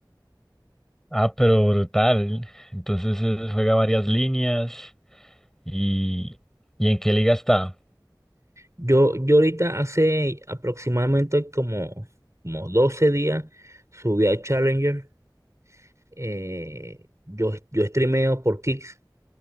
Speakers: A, in the centre; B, on the right (about 40°).
A: Ah, pero brutal. Entonces eh, juega varias líneas y, ¿y en qué liga está?
B: Yo, yo ahorita hace aproximadamente como, como 12 días subí a Challenger. eh, yo, yo streameo por Kicks